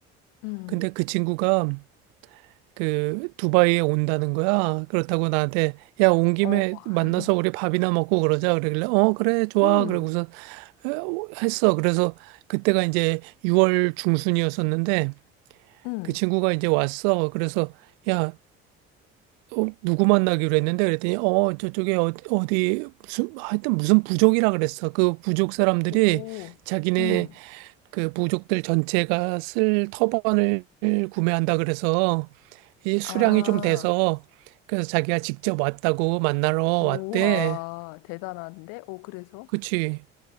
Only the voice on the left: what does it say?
응,
어, <laughs>
음,
응,
오,
응.
아,
우와, 대단한데? 오, 그래서?